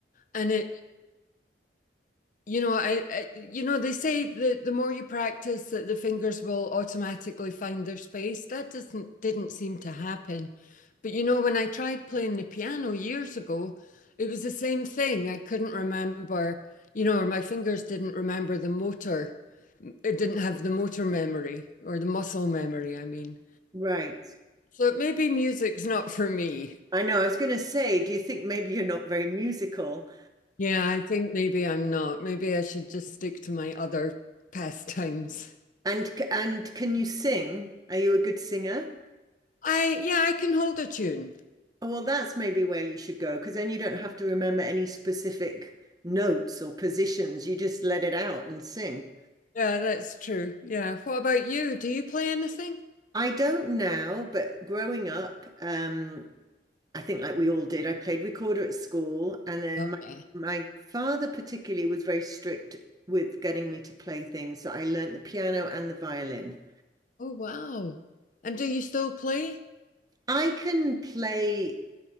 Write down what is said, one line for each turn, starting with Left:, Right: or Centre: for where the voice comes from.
Left: And it You know, I, I you know, they say that the more you practice that the fingers will automatically find their space. That doesn't didn't seem to happen. But you know, when I tried playing the piano years ago, it was the same thing. I couldn't remember, you know, or my fingers didn't remember the motor. It didn't have the motor memory or the muscle memory, I mean.
Right: Right.
Left: So maybe music's not for me.
Right: I know. I was going to say, do you think maybe you're not very musical?
Left: Yeah, I think maybe I'm not. Maybe I should just stick to my other pastimes.
Right: And c- and can you sing? Are you a good singer?
Left: I yeah, I can hold a tune.
Right: Oh, Well, that's maybe where you should go because then you don't have to remember any specific notes or positions. You just let it out and sing.
Left: Yeah, that's true. Yeah. What about you? Do you play anything?
Right: I don't now, but growing up, um, I think like we all did, I played recorder at school, and then
Left: Okay.
Right: my my father particularly was very strict with getting me to play things. So I learnt the piano and the violin.
Left: Oh wow. And do you still play?
Right: I can play